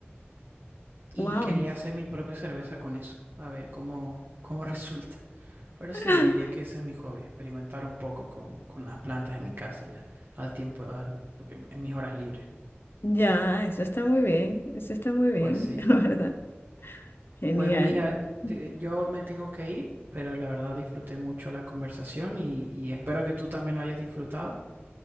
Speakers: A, on the right; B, on the left.
A: y
B: wow.
A: quería hacer mi propia cerveza con eso, a ver cómo, cómo <laughs> resulta. Pero sí,
B: <laughs>
A: diría que ese es mi hobby, experimentar un poco con, con las plantas en mi casa ya, al tiempo, al- porque en mis horas libres.
B: Ya, eso está muy bien, eso está muy bien,
A: Pues sí.
B: <laughs> la verdad. Genial.
A: Pues mira,
B: <laughs>
A: te- yo me tengo que ir, pero la verdad disfruté mucho la conversación y, y espero que tú también lo hayas disfrutado.